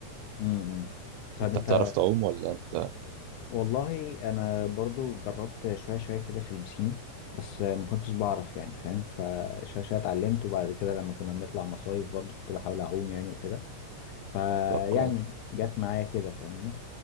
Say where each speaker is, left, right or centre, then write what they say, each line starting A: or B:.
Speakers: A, on the left (about 80°); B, on the right (about 85°).
A: امم امم. طب
B: انت
A: أنت
B: بتعرف تعوم ولا انت
A: والله أنا برضو جربت شوية شوية كده في البسين بس ما كنتش بعرف يعني فاهم فشوية شوية اتعلمت وبعد كده لما كنا بنطلع مصايف برضو كنت بحاول أعوم يعني وكده فيعني
B: طب كويس
A: جت معايا كده فاهمني